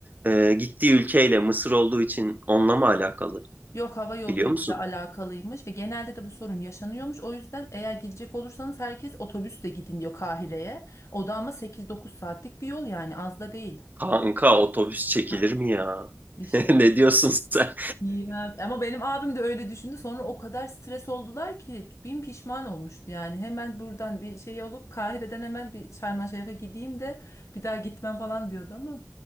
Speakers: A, on the right; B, on the left.
A: e, gittiği ülkeyle Mısır olduğu için onunla mı alakalı?
B: Yok hava yoluyla
A: Biliyor musun?
B: alakalıymış ve genelde de bu sorun yaşanıyormuş. O yüzden eğer gidecek olursanız herkes otobüsle gidin diyor Kahire'ye. O da ama sekiz dokuz saatlik bir yol yani az da değil.
A: Kanka otobüs çekilir
B: <laughs>
A: mi ya?
B: İşte.
A: <laughs> Ne diyorsun sen?
B: Ya. Ama benim abim de öyle düşündü. Sonra o kadar stres oldular ki bin pişman olmuştu yani. Hemen buradan bir şey olup Kahire'den hemen bir Şarm El Şeyh'e gideyim de bir daha gitmem falan diyordu ama.